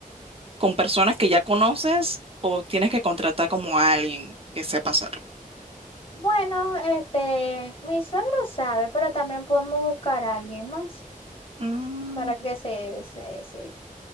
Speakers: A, on the right; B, on the left.
A: con personas que ya conoces o tienes que contratar como a alguien que sepa hacerlo?
B: Bueno, este, mi suegro sabe, pero también podemos buscar a alguien más
A: Mm,
B: para que se, se, se,